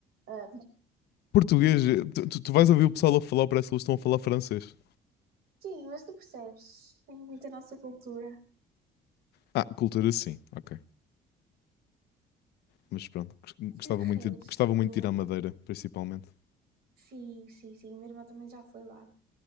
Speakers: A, on the right (about 70°); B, on the left (about 75°).
A: Ah,
B: Português, eh, tu, tu- tu vais ouvir o pessoal a falar, parece que eles estão a falar francês.
A: sim, mas tu percebes. Tem muito a nossa cultura.
B: Ah, ah, cultura sim, ok. Mas pronto, gos- gostava
A: De
B: muito,
A: resto.
B: de- gostava muito de ir à Madeira, principalmente.
A: Sim, sim, sim. Minha irmã também já foi lá.